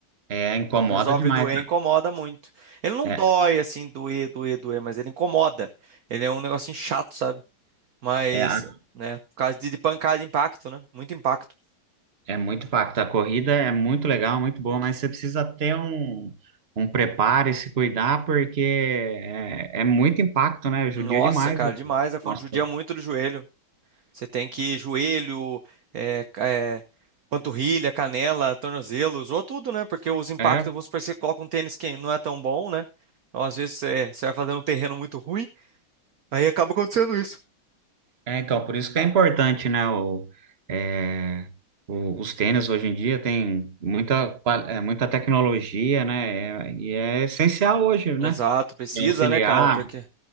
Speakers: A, on the right (about 35°); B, on the right (about 55°).
A: é, incomoda
B: Quando resolve
A: demais.
B: doer,
A: né?
B: incomoda muito. Ele não
A: É,
B: dói assim, doer, doer, doer, mas ele incomoda. Ele é um negocinho chato, sabe? Mas,
A: é, a
B: né, por causa de, de pancada, impacto, né? Muito impacto.
A: É muito impacto. A corrida é muito legal, muito boa, mas você precisa ter um, um preparo e se cuidar, porque é, é muito impacto, né? Judia
B: Nossa,
A: demais.
B: cara,
A: o
B: demais. A conta
A: Nosso...
B: judia
A: corpo.
B: muito do joelho. Você tem que ir joelho, é, ca- é, panturrilha, canela, tornozelo, usou tudo, né? Porque os impactos,
A: É,
B: vamos supor, você coloca um tênis que não é tão bom, né? Ou às vezes você, você vai fazendo um terreno muito ruim, aí acaba acontecendo isso.
A: é, então, por isso que é importante, né? O, é, o- os tênis hoje em dia tem muita, qua- é, muita tecnologia, né? É- e é essencial hoje, né?
B: Exato, precisa,
A: Pra Auxiliar.
B: né, cara? Porque